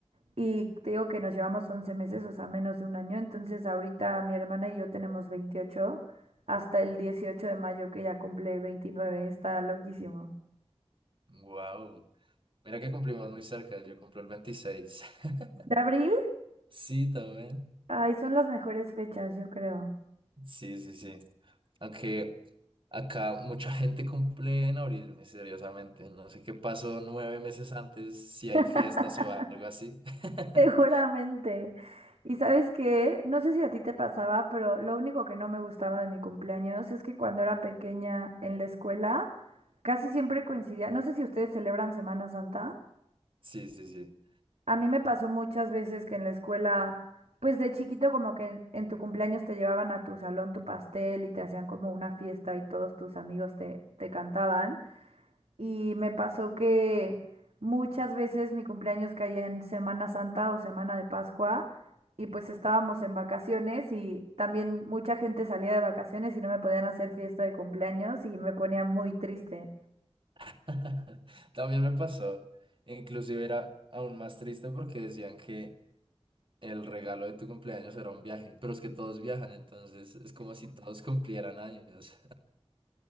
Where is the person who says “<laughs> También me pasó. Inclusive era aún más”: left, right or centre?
Right